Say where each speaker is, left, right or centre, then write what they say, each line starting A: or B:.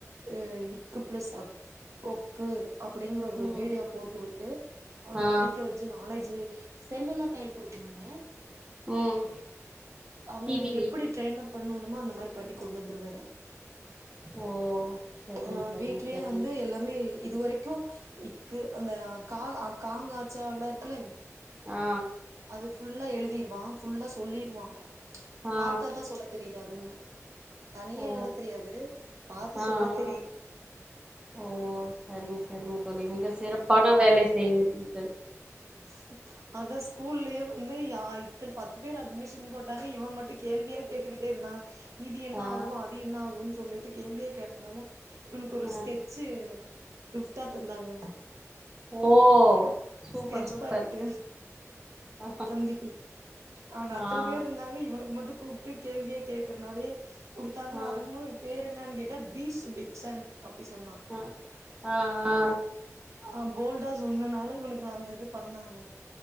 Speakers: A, on the right; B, on the right.
A: அ இக்கு பிளஸ் அக் கொக்கு அப்டிங்கற ஒரு
B: ம்
A: வீடியோ போட்டு விட்டு அவன
B: ஆ
A: படிக்க வச் சி நாலேஜு செல்லெலா கைல குடுக்க மாட்டே
B: ம்
A: அவன
B: டி வி லே
A: எப்புடி ட்ரெயின்அப் பண்ணணுமோ அந்த மாரி பண்ணி கொண்டு வந்துருவ அத
B: ஓ சரிங்க
A: ஆ
B: சரிங்க
A: வீட்லயே
B: தோழி
A: வந்து எல்லாமே இதுவரைக்கு இக்கு அந்த கா காஙாசா வெல்லா இருக்குல
B: ஆ
A: அது ஃபுல்லா எழுதிருவா ஃபுல்லா சொல்லிருவா
B: ஆ
A: பார்த்தா தா சொல்ல தெரியுது அதும்மு தனியா
B: ஓ
A: எழுத தெரியாது பார்த்து
B: ஆ
A: சொல்ல தெரியுது
B: ஆ ஓ சரிங்க சரிங்க தோழி மிக சிறப்பான வேலை செய்கிறீர்கள்
A: <inaudible> அத ஸ்கூல்லயே வந்து யா இத்த பத்து பேர் அட்மிஷன் போட்டாங்க இவ மட்டு கேள்வியா கேட்டுக்கிட்டே இருந்தா இது என்ன
B: ஆ
A: ஆகு அது என்ன ஆகுன் சொல்லிட்டு கேள்வியே கேட்டனால இவனுக்கு ஒரு
B: ஆ
A: ஸ்கெட்சு கிப்ட்டா தந்தாங்க
B: ஓ சூப்பர்
A: ஸ்கெட்ச்
B: சூப்பர்
A: பாக்கிட்டு
B: ஆ
A: தம்பிக்கு ஆனா
B: ஆ
A: அத்தன பேர்ருந்தாங்க இவனுக்கு மட்டு கூப்ட்டு கேள்வியே கேக்கறனாலேயே குடுத்தாங்க
B: ஆ
A: அதுவு பேர் என்னன் கேட்டா பீ சுபித் சன் அப்படி சொன்னா
B: அ ஆ ஆ
A: அ போல்டா சொன்னனால இவனுக்கு அந்த இது பண்ணாங்க